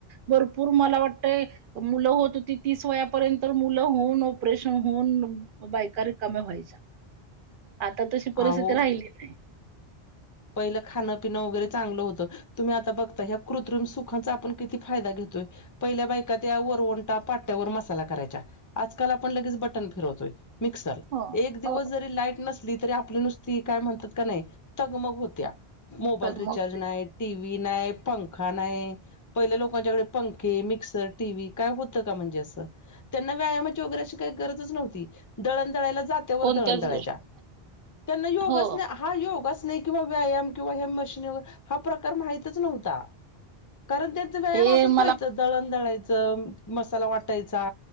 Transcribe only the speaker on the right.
भरपूर मला वाटतय, मुलं होत होती तीस वयापर्यंत मुलं होऊन ऑपरेशन होऊन बायका रिकाम्या व्हायच्या आता तशी
परिस्थिती राहिली नाही.
हो
हो
तर
मग
कोणत्याच
गोष्टी
हो
हे
मला